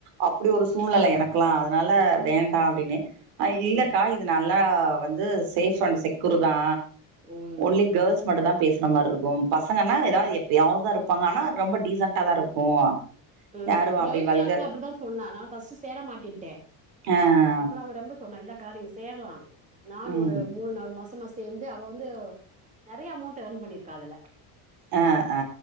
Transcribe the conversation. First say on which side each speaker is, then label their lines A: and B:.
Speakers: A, on the right (about 65°); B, on the right (about 20°).
A: அப்டி ஒரு சூழ்நெல எனக்லா அதனால வேண்டா அப்டின்னே ஆ இல்லக்கா
B: ம்
A: இது நல்லா வந்து சேஃப் அண்ட் செக்கூரு தா
B: ம்
A: ஒன்லி கேர்ள்ஸ் மட்டுந்தா பேசுன மாரி இருக்கு பசங்கன்னா ஏதாது எப்பயாவதுதா இருப்பாங்க ஆனா ரொம்ப டீசன்டா தா இருக்கு
B: ம்
A: யாரு
B: ஜொய்ஸ்டாக்ல
A: அப்டி வல்கர்
B: அப்டிதா சொன்னா நா ஃபஸ்ட்டு சேர மாட்டேட்டே
A: ஆ
B: அப்புற அவ ரொம்ப சொன்னா இல்லக்கா நீங்க சேரலா நானு
A: ம்
B: ஒரு மூணு நாலு மாசமா சேந்து அவ வந்து நெறைய அமௌண்ட் எர்ன் பண்ணியிருக்கா அதுல
A: ஆ ஆ